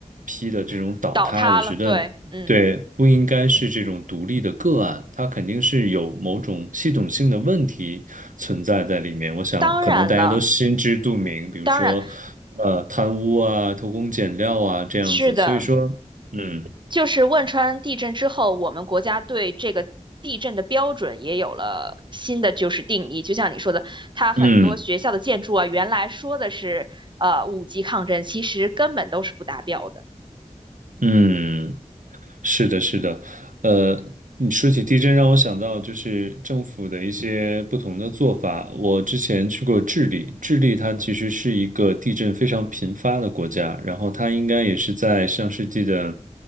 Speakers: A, on the right; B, on the right.
A: 批的这种倒塌，
B: 倒塌了，
A: 我觉得。
B: 对，嗯。
A: 对，不应该是这种独立的个案，它肯定是有某种系统性的问题存在在里面。我想，
B: 当然了，
A: 可能大家都心知肚明，比如说，
B: 当然了
A: 呃，贪污啊、偷工减料啊这样子。
B: 是的，
A: 所以说，嗯
B: 就是汶川地震之后，我们国家对这个地震的标准也有了新的就是定义。就像你说的，它很多学校的建筑啊，
A: 嗯
B: 原来说的是呃五级抗震，其实根本都是不达标的，
A: 嗯。是的，是的，呃，你说起地震，让我想到就是政府的一些不同的做法。我之前去过智利，智利它其实是一个地震非常频发的国家，然后它应该也是在上世纪的，